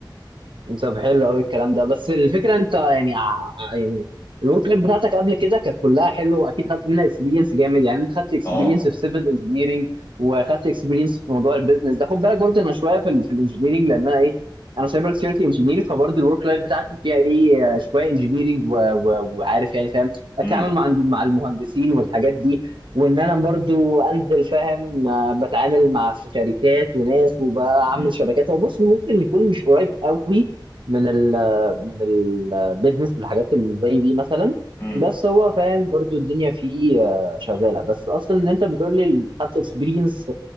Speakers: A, on the right; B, on the left.
A: طب حلو قوي الكلام ده بس الفكره انت يعني ع- ع- يعني الورك لايف بتاعتك قبل كده كانت كلها حلوه واكيد خدت منها اكسبيرينس جامد يعني انت خدت اكسبيرينس
B: اه
A: في سيفل انجينيرنج وخدت اكسبيرينس في موضوع البيزنس ده خد بالك برضه انا شويه في ال في الانجينيرنج لان انا ايه انا سايبر سكيورتي انجينير فبرضه الورك لايف بتاعتي فيها ايه آه، شويه انجينيرنج وعارف يعني فاهم
B: امم
A: التعامل مع مع المهندسين والحاجات دي وان انا برضو انزل فاهم آه، بتعامل مع شركات وناس وبعمل
B: امم
A: شبكات هو بص ممكن يكون مش قريب قوي من ال من البيزنس والحاجات اللي زي دي مثلا
B: امم
A: بس هو فاهم برضو الدنيا فيه آه، شغاله بس اصلا ان انت بتقول لي خدت اكسبيرينس